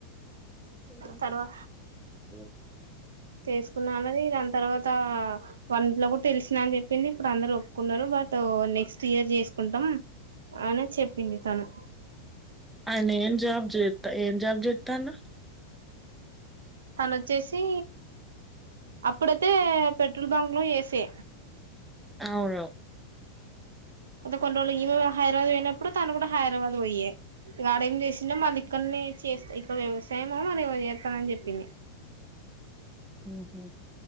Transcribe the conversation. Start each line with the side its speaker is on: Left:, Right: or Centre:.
Centre: అక్కడికి వెళ్తం
Right: తర్వా
Centre: కాదు
Right: చేసుకున్నా అన్నది దాని తర్వాత వాళ్ళ ఇంట్లో కూడా తెలిసినా అని చెప్పింది ఇప్పుడు అందరూ ఒప్పుకున్నారు బట్ ఒ నెక్స్ట్ ఇయర్ జేసుకుంటాం అని చెప్పింది తను
Centre: ఆయనేం జాబ్ జేత్త ఏం జాబ్ జేత్తన
Right: తను వచ్చేసి అప్పుడతే పెట్ లు బంగ్లో ఏసే
Centre: అవున
Right: కొ కొన్ని రోలు ఈమె హైదరాబాద్ పోయినప్పుడు తను కూడా హైదరాబాద్ పోయ్యే గాడేం చేసిండో మళ్ళీ ఇక్కన్నే చేస్ ఇక్కడ వ్యవసాయము మరేమో చేత్తనని చెప్పింది
Centre: మ్ హు